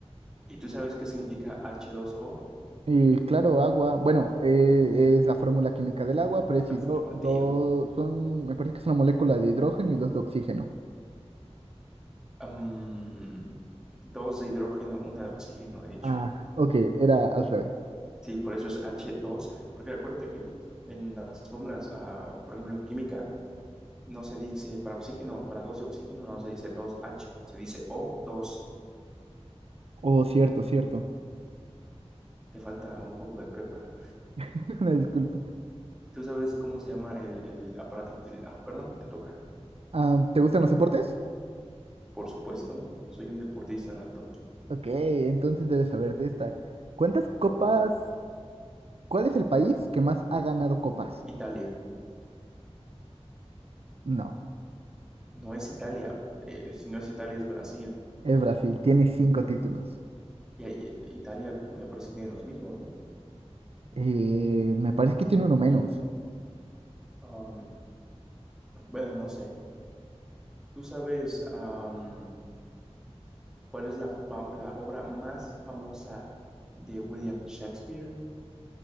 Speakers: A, in the centre; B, on the right.
A: ¿Y tú sabes qué significa h dos o
B: Y claro, agua. Bueno, eh, es la fórmula química del agua, pero es hidro,
A: Afirmativo.
B: do- son, me parece que es una molécula de hidrógeno y dos de oxígeno.
A: Am, dos de hidrógeno, una de oxígeno, de hecho.
B: Ah, ok, era al revés.
A: Sí, por eso es h dos. porque acuérdate que en las fórmulas, ah, por ejemplo, en química, no se dice para oxígeno, para dos de oxígeno, no se dice dos h se dice o dos.
B: Oh, cierto, cierto.
A: Te falta un poco de prepa.
B: <laughs> Una disculpa.
A: ¿Tú sabes cómo se llama el, el aparato que utiliza? Ah, perdón, te toca.
B: Ah, ¿te gustan los deportes?
A: Por supuesto, soy un deportista nato.
B: Ok, entonces debes saberte esta. ¿Cuántas copas? ¿Cuál es el país que más ha ganado copas?
A: Italia.
B: No,
A: No es Italia. eh, si no es Italia, es Brasil.
B: es Brasil, tiene cinco títulos.
A: Y ahí- Italia me parece que tiene los mismos, ¿no?
B: Eh, me parece que tiene uno menos.
A: Am, bueno, no sé. ¿Tú sabes am, cuál es la, fa- la obra más famosa de William Shakespeare?